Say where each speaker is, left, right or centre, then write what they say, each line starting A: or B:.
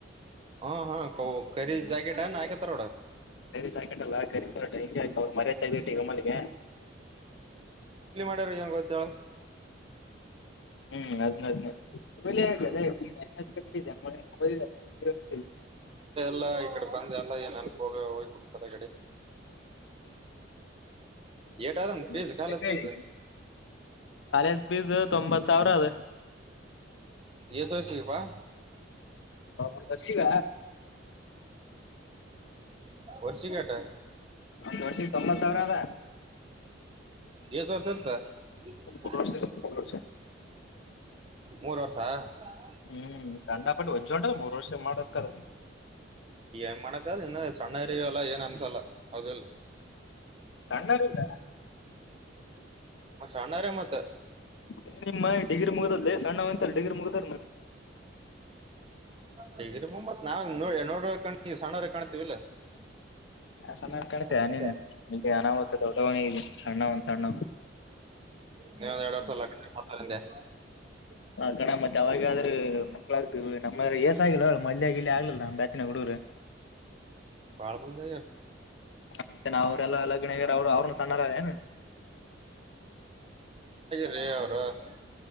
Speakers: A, on the right; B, on the left.
A: ಹಾ ಹಾ ಕ ಕರಿ ಜ್ಯಾಕೆಟ್ ಏನ ಹಾಕ ತಾ
B: ಕರಿ ಜಾಕೆಟಲ್ಲ ಕರಿ ಕೋರ್ಟ್ ಹಿಂಗೆ ಆತಾವ ಮರ್ಯದೆ ಕಳದಿದ್ಯಾ
A: ಹೆಂಗ ಗೊತ್ತಾ
B: ಹ್ಮ್ ಅದ <unintelligible>
A: ಎಲ್ಲ ಈ ಕಡೆ ಬಂದ ಎಲ್ಲ ನೆನಪ ಹೋಗ ಹೋಗಿಬಿಡ್ತದೆಗಡೆ ಎಟ ಅದಂತ ಪಿಜ
B: ಲಕ್ಷ
A: ಕಾಲ
B: ಬೇಕಾ
A: ಪಸ್
B: ಕಾಲೇಜ್ ಪಿಸು ತೊಂಬತ್ತು ಸಾವಿರ ಅದ
A: ಎಸ ವರ್ಷ ಪ್ಪಾ
B: ಒಂದ್ ವರ್ಷಿಗ
A: ವಸ್ಸಿಗೆಟ್ಟ
B: ವರ್ಷಿದ ತೊಂಬತ್ ಸಾವಿರ ಅದ
A: ಎಷ್ ವರ್ಷದ ಇರ್ತ್ತ
B: ಮೂರ್ ವರ್ಷ ಮೂರ್ ವರ್ಷ
A: ಮೂರ್ ವರ್ಷ <unintelligible>
B: ಹ್ಮ್ ಕಂಡಾಪಟ್ಟು ಒಜ್ಜ ಉಂಟದ ಮೂರ್ ವರ್ಷ ಮಾಡಕ್ಕದ
A: ನ್ ಮಣಕಾ ಇನ್ನು ಸಣ್ಣ ಅರಿ ಎಲ್ಲ ಏನ್ ಅನಸಲ್ಲ ಅದಲ್ಲ
B: ಸಣ್ಣಾರದ
A: ಮ ಸಣ್ಣಾರೆ ಮತ್ತ
B: ಏ ನಿಮ್ಮ ಡಿಗ್ರಿ ಮುಗುದದಲ್ ದೇ ಸಣ್ಣ್ಯಂತಲ್ಲ ಡಿಗ್ರಿ ಮುಗುದ್ರನ
A: ಹೇಗೀ ಮಮ್ಮತ್ ನಾವ ನೋಡ ಕ ಸಣ್ಣವರ ಕಾಣ ಲ
B: ಸಣ್ಣರ್
A: ಆ ಸಣವ
B: ಕಾಣ್ತೀಯ
A: ಕಾಣಿ
B: ನೀನು ಇಲ್ಲಿ ಅನಾಹುತ ದೊಡ್ಡವನಿಗೆ ಸಣ್ಣವನ್ ಸಣ್ಣವ್
A: ನೀವೊಂದ್ ಎರಡ್ <unintelligible>
B: ಆ ಗಣ ಮತ್ತೆ ಅವಾಗ ಆದ್ರೆ ಮಕ್ಕ್ಕಳಾಗ್ತವಿ ನಮ್ಮ್ರೆ ವಏಸ ಆಗಿಲ್ಲ ಮಲ್ಯಗ ಇಲ್ಲಿ ಆಗ್ಲಿಲ್ಲ ನಾನ ಬ್ಯಾಚಿನ ಹುಡುಗರು
A: ಬಾಳ ಮಂದಿ
B: ಮತ್ತೆ ಅವುರೆಲ್ಲ ಲಗಣ ಆಗೆರ್ ಅವ ಸಣ್ಣ ರವರೇನ್
A: ಅವರ